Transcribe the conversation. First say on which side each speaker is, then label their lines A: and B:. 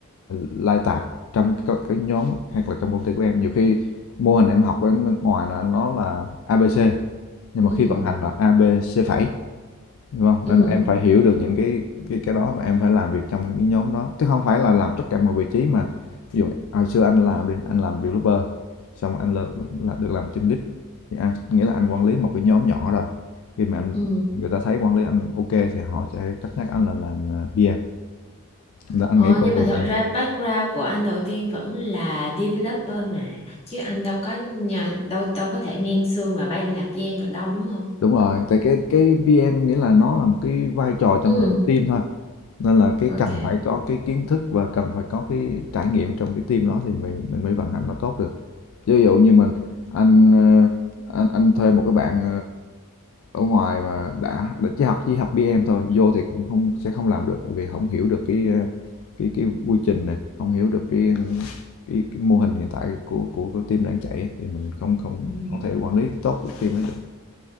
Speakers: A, on the left; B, on the left.
A: lai tạp trong cái, nhóm hoặc là trong công ty của em nhiều khi mô hình em học ở nước ngoài là nó là A ABC nhưng mà
B: ừ,
A: khi vận hành là A ABC phẩy hiểu không
B: ừ,
A: nên là em phải hiểu được những cái cái cái đó và em phải làm việc trong cái nhóm đó chứ không phải là làm tất cả mọi vị trí mà ví dụ hồi xưa anh làm đi anh làm developer xong rồi anh là, được làm team lead thì anh nghĩa là anh quản lý một cái nhóm nhỏ rồi khi mà em-
B: ừ.
A: người ta thấy quản lý anh ok thì họ sẽ cất nhắc anh là làm uh, PM là anh
B: Ờ,
A: nghĩ con
B: nhưng mà
A: đường
B: thật
A: này
B: ra background của anh đầu tiên vẫn là developer mà chứ anh đâu có nhà, đâu đâu có thể ngang xương mà bay làm PM được đâu đúng không?
A: Đúng rồi, tại cái cái PM nghĩa là nó là một cái vai trò
B: Ừ,
A: trong một cái team thôi. Nên là cái
B: ok.
A: cần phải có cái kiến thức và cần phải có cái trải nghiệm trong cái team đó thì mình mình mới vận hành nó tốt được. Chứ ví dụ như mình anh ờ, anh anh thuê một cái bạn ờ, ở ngoài mà đã đã chỉ học chỉ học PM thôi, vô thì cũng không sẽ không làm được tại vì không hiểu được cái ờ, cái cái quy trình này, không hiểu được cái cái, cái mô hình hiện tại của của của team đang chạy á, thì mình không không
B: Ừ.
A: không thể quản lý tốt được team hết được.